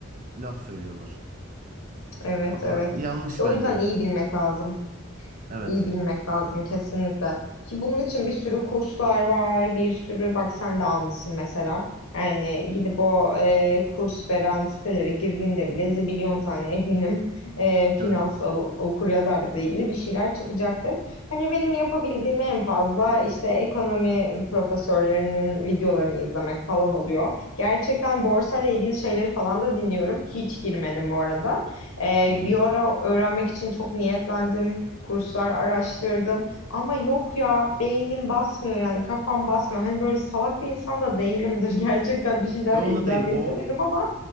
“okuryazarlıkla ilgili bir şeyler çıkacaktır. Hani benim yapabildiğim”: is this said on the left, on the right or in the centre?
Left